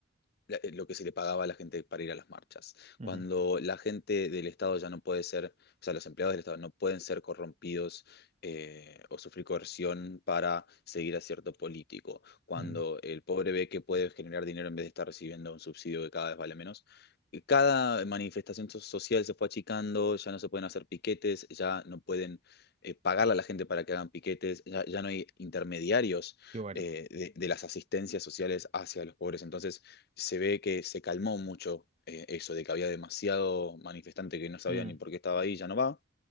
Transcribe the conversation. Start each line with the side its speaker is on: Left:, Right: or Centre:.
Left: la- eh, lo que se le pagaba a la gente para ir a las marchas.
Right: Ujú,
Left: Cuando la gente del Estado ya no puede ser, o sea, los empleados del Estado no pueden ser corrompidos eh, o sufrir coerción para seguir a cierto político. Cuando
Right: mm,
Left: el pobre ve que puede generar dinero en vez de estar recibiendo un subsidio que cada vez vale menos. Y Cada manifestación so- social se fue achicando, ya no se pueden hacer piquetes, ya no pueden eh, pagarle a la gente para que hagan piquetes, ya, ya no hay intermediarios
Right: Qué bueno.
Left: eh, de de las asistencias sociales hacia los pobres. Entonces, se ve que se calmó mucho eh, eso de que había demasiado manifestante que no sabía
Right: Mm,
Left: ni por qué estaba ahí, ya no va.